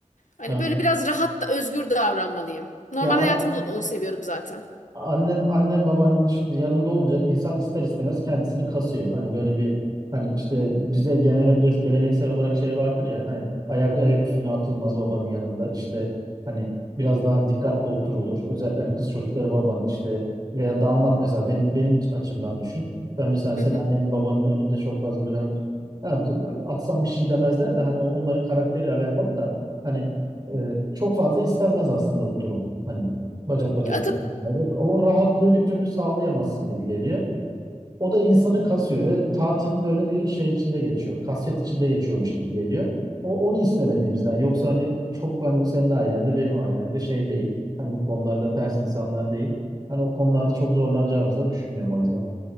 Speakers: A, on the left; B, on the right.
A: Hani
B: Yani,
A: böyle biraz rahat da özgür davranmalıyım. Normal
B: ya
A: hayatımda da onu seviyorum zaten.
B: Annen, annen babanın şimdi yanında olunca insan ister istemez kendisini kasıyor. Hani böyle bir hani işte bizde gelenek, geleneksel olarak şey vardır ya hani ayak ayak üstüne atılmaz babanın yanında işte hani biraz daha dikkatli oturulur. Özellikle hani kız çocukları babanın işte veya damat mesela benim benim açımdan düşün. Ben mesela
A: Hı
B: senin
A: hı.
B: annenin babanın önünde çok fazla böyle hani yani atsam bir şey demezler de hani o- onların karakteriyle alakalı da hani e, çok fazla istenmez aslında bu durum. Hani Bacak bacak
A: Ya Atıp
B: üstüne. Bacak. O rahatlığı bir türlü sağlayamazsın gibi geliyor. O da insanı kasıyor ve tatilin böyle bir şey içinde geçiyor. Kasvet içinde geçiyormuş gibi geliyor. O onu istemediğimizden yoksa hani çok hani senin ailende benim ailemde şey değil. Hani bu konularda ters insanlar değil. Hani o konularda çok zorlanacağımızı da düşünmüyorum o yüzden.